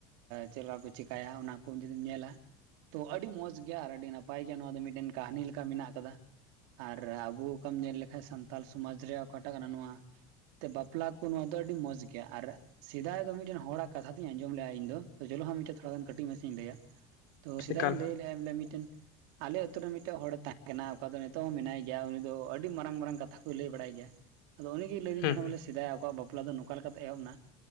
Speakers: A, on the right; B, on the left.
A: ᱪᱮᱫ ᱞᱮᱠᱟ ᱠᱚ ᱪᱮᱤᱠᱟᱭᱟ ᱚᱱᱟ ᱾ ᱡᱩᱫᱤᱢ ᱧᱮᱞᱟ ᱛᱚ ᱟᱹᱰᱤ ᱢᱚᱸᱡᱽ ᱜᱮᱭᱟ ᱟᱨ ᱟᱹᱰᱤ ᱱᱟᱯᱟᱭ ᱜᱮᱭᱟ ᱱᱚᱣᱟ ᱫᱚ ᱢᱤᱫᱴᱮᱱ ᱠᱟᱦᱱᱤ ᱞᱮᱠᱟ ᱢᱮᱱᱟᱜ ᱟᱠᱟᱫᱟ ᱾ ᱟᱨ ᱟᱵᱚ ᱚᱠᱟᱢ ᱧᱮᱞ ᱞᱮᱠᱷᱟᱱ ᱥᱟᱱᱛᱟᱲ ᱥᱚᱢᱟᱡᱽ ᱨᱮᱭᱟᱜ ᱚᱠᱟᱴᱟᱜ ᱠᱟᱱᱟ ᱱᱚᱣᱟ, ᱛᱮ ᱵᱟᱯᱞᱟ ᱠᱚ ᱱᱚᱣᱟ ᱫᱚ ᱟᱹᱰᱤ ᱢᱚᱸᱡᱽ ᱜᱮᱭᱟ ᱟᱨ, ᱥᱮᱫᱟᱭ ᱫᱚ ᱢᱤᱫᱴᱮᱱ ᱦᱚᱲᱟᱜ ᱠᱟᱛᱷᱟᱧ ᱟᱸᱡᱚᱢ ᱞᱮᱜᱼᱟ ᱤᱧᱫᱚ ᱪᱚᱞᱚ ᱦᱟᱸ ᱛᱷᱚᱲᱟᱜᱟᱱ ᱠᱟᱹᱴᱤᱡ <unintelligible> ᱞᱟᱹᱭᱟ ᱛᱚ ᱥᱮᱫᱟᱭ
B: ᱮᱠᱟᱞ
A: ᱤᱧ ᱞᱟᱹᱭ ᱞᱮᱫᱼᱟ ᱵᱚᱞᱮ ᱢᱤᱫᱴᱮᱱ, ᱟᱞᱮ ᱟᱛᱩᱨ ᱨᱮ ᱢᱤᱫᱴᱮᱡ ᱦᱚᱲᱮ ᱛᱟᱦᱮᱸ ᱠᱟᱱᱟ, ᱚᱠᱟ ᱫᱚ ᱱᱤᱛᱚᱜ ᱦᱚᱸ ᱢᱮᱱᱟᱭ ᱜᱮᱭᱟ, ᱩᱱᱤ ᱫᱚ ᱟᱹᱰᱤ ᱢᱟᱨᱟᱝ ᱢᱟᱨᱟᱝ ᱠᱟᱛᱷᱟ ᱠᱚᱭ ᱞᱟᱹᱭ ᱵᱟᱲᱟᱭ ᱜᱮᱭᱟ ᱾ ᱟᱫᱚ ᱩᱱᱤᱜᱮᱭ ᱞᱟᱹᱭᱫᱤᱧ
B: ᱦᱩᱸ
A: ᱛᱟᱦᱮᱱᱟ,
B: ᱦᱩᱸ
A: ᱵᱚᱞᱮ ᱥᱮᱫᱟᱭ ᱟᱠᱚᱣᱟᱜ ᱵᱟᱯᱞᱟ ᱫᱚ ᱱᱚᱝᱠᱟ ᱞᱮᱠᱟᱛᱮ ᱮᱦᱚᱵ ᱮᱱᱟ ᱾